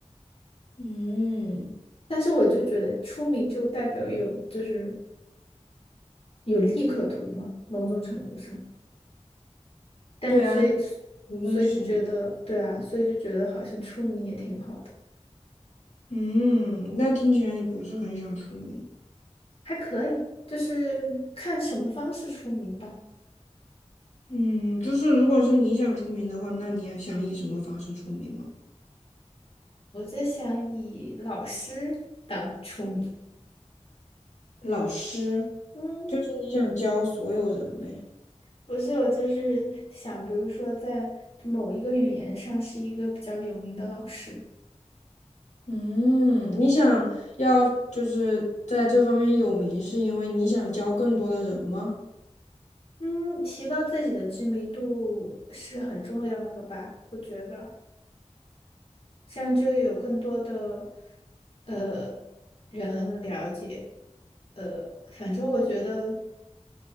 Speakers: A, on the left; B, on the left.
A: 嗯，
B: 但是我就觉得出名就代表有就是有利可图嘛，某种程度上。但所以
A: 对啊，不认识你。
B: 所以就觉得对啊，所以就觉得好像出名也挺好的，
A: 嗯，那听起来你不是很想出名。
B: 还可以，就是看什么方式出名吧。
A: 嗯，就是如果是你想出名的话，那你要想以什么方式出名吗？
B: 我在想以老师当出名。
A: 老师，
B: 嗯，
A: 就是你想教所有人呗。
B: 不是，我就是想，比如说在某一个语言上是一个比较有名的老师，
A: 嗯，你想要就是在这方面有名，是因为你想教更多的人吗？
B: 嗯，提高自己的知名度是很重要的吧？我觉得这样就有更多的呃人了解。呃，反正我觉得，